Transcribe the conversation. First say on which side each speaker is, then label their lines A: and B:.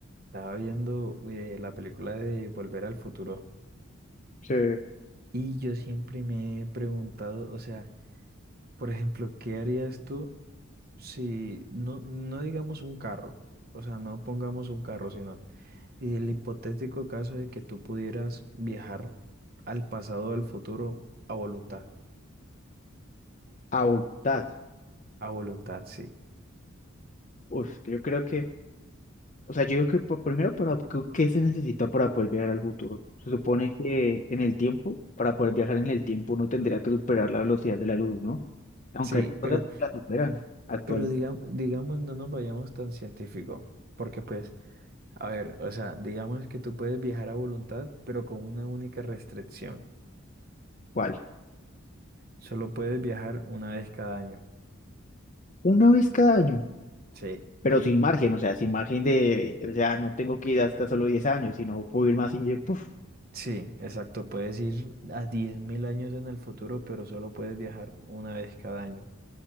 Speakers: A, on the right; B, on the left.
A: Estaba viendo eh, la película de Volver al Futuro
B: Sí.
A: y yo siempre me he preguntado, o sea, por ejemplo, ¿qué harías tú si no, no digamos un carro? O sea, no pongamos un carro, sino el hipotético caso de que tú pudieras viajar al pasado o al futuro a voluntad.
B: a voluntad.
A: A voluntad, sí.
B: Uf, yo creo que, o sea, yo digo que por- primero, para, ¿qué qué se necesita para poder viajar al futuro? Se supone que en el tiempo, para poder viajar en el tiempo, uno tendría que superar la velocidad de la luz, ¿no? Aunque
A: Sí,
B: hay cosas
A: pero,
B: que la superan actualmente.
A: pero digamos, digamos, no nos vayamos tan científico, porque pues, a ver, o sea, digamos que tú puedes viajar a voluntad, pero con una única restricción.
B: ¿Cuál?
A: Solo puedes viajar una vez cada año.
B: Una vez cada año,
A: Sí,
B: pero sin margen, o sea, sin margen de, o sea, no tengo que ir hasta solo 10 años, sino puedo ir más y, puf,
A: sí, exacto. Puedes ir a 10.000 años en el futuro, pero solo puedes viajar una vez cada año.